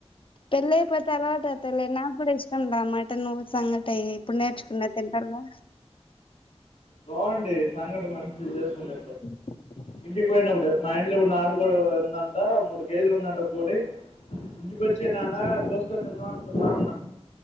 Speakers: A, on the left; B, on the left.
A: పెళ్ళయిపోతే అలవాటు అయితాయిలే నాకు కూడా ఇస్ ష్టం లా మటను సంగటి ఇప్పుడు నేర్చుకున్నా తింటాల్లా
B: బావుండి సంగటి మంచిగా చేసుకుంటే
A: హ
B: ఇంటికి పోయినప్పుడు మా ఇంట్లో ఇప్పుడు నాటు కోడి ఉందంట మూడు కేజీలు ఉందంట కోడి ఇంటికొచ్చేయి నాన్నా కోస్కోని తిందాం అంటది మా అమ్మ